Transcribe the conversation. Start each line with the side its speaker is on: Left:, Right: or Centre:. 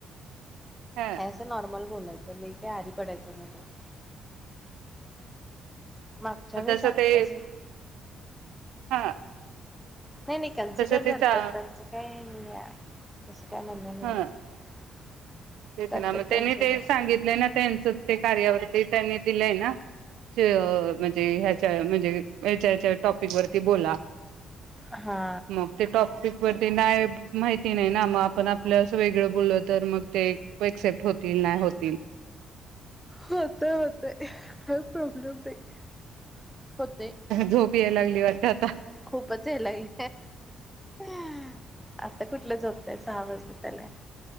Right: हा.
Centre: हाय असं नॉर्मल बोलायचं, लय काय आरी पडायचं नाही त्याच्या मागच्या वेळेस
Right: तस
Centre: आम्ही
Right: ते
Centre: तसं
Right: हा
Centre: नाही नाही कन्सिडर
Right: तसं
Centre: धरतात
Right: ते चा
Centre: त्यांचं काय म्ह <unintelligible>
Right: हा तेच ना मग त्यांनी
Centre: कन्सिडर
Right: ते सांगितले ना त्यांच ते काय ते त्यांनी दिलंय ना च म्हणजे ते ह्याच्या म्हणजे ह्याच्या ह्याच्या टॉपिक वरती बोला.
Centre: हा.
Right: मग ते टॉपिक वरती नाही माहिती नाही ना म आपण आपलं असं वेगळं बोललो तर मग ते एक्सेप्ट होतील नाही होत
Centre: होतय होतय <unintelligible> होतय
Right: झोप यायला लागली वाटत आता
Centre: खूपच हेलाईल आता कुठलं झोपतायस दहा वाजत आलाय